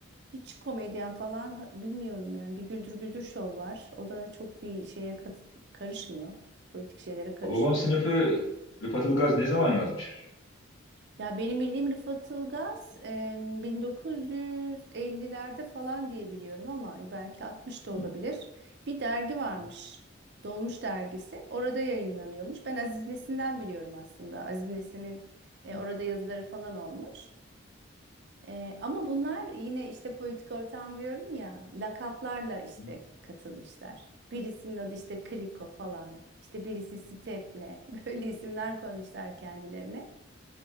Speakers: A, on the right; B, on the left.
A: hiç komedyen falan ha- bilmiyorum yani. Bir Güldür Güldür show var. O da çok bir şeye kat- karışmıyor. Politik şeylere karışmıyor.
B: Babam sınıfı Rıfat Ilgaz ne zaman yazmış acaba?
A: Ya benim bildiğim Rıfat Ilgaz e, 1950'lerde falan diye biliyorum ama belki 60 da olabilir.
B: Hı,
A: Bir dergi varmış.
B: hı,
A: Dolmuş dergisi. Orada yayınlanıyormuş. Ben Aziz Nesin'den biliyorum aslında. Aziz Nesin'in e,
B: hı,
A: orada yazıları falan olmuş. E, ama bunlar yine işte politik ortam diyorum ya lakaplarla işte
B: hı,
A: katılmışlar. Birisinin adı işte Kriko falan. İşte birisi Stepne. <laughs> Böyle isimler koymuşlar kendilerine.